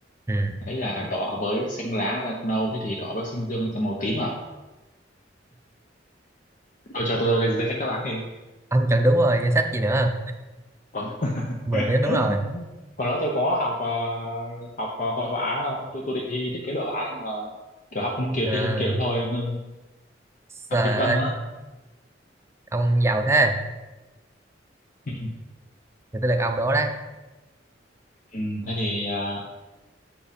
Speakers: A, on the right; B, on the left.
A: Ừ.
B: ấy là đỏ với xanh lá ra nâu thế thì đỏ với xanh dương ra màu tím à tôi cho tôi danh danh sách đáp án đi
A: Ông chọn đúng rồi, danh sách gì nữa?
B: còn
A: Màu
B: <laughs>
A: tím đúng rồi.
B: còn đó tôi có học ờ, học ờ, hội họa không tôi tôi định thi thiết kế đồ họa nhưng mà kiểu học không kịp
A: À,
B: thì không kịp thế thôi ngưng học
A: trời
B: trung tâm
A: ơi,
B: á
A: ông giàu thế.
B: <laughs>
A: Thì tôi được ông đố đấy.
B: ừ, thế thì uh,